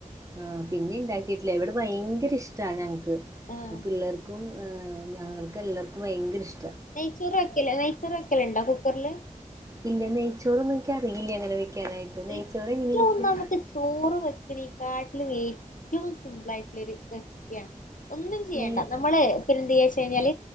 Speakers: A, on the right; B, on the left.
A: ആഹ് പിന്നിണ്ടാകീട്ടില്ല ഇവിടെ ഭയങ്കര ഇഷ്ടാണ് ഞങ്ങൾക്ക്
B: ആഹ്
A: ഹ് പിള്ളേർക്കും ആഹ് ഞങ്ങൾക്കെല്ലാർക്കും ഭയങ്കരിഷ്
B: നെയ്‌ച്ചോർവെക്കല്ലേ നെയ്‌ച്ചോർ വെക്കലുണ്ടോ കുക്കറ്ല്
A: ഇല്ല്യ നൈചോറൊന്നുംനിക്ക് അറിയില്യ ങ്ങനെ വൈക്യാനായിട്ട് നൈചോറെങ്ങനെ
B: ഏറ്റവും
A: വെക്യാ.
B: നമുക്ക് ചോറ് വെക്ക്‌നീകാട്ടില് ഏറ്റവും സിമ്പിളായിട്ടുള്ള ഒര് റെസിപ്പിയാണ്. ഒന്നുംചെയ്യണ്ട
A: നെയ്
B: നമ്മള് പിന്നെന്തായ്യചെയ്ഞ്ഞാൽ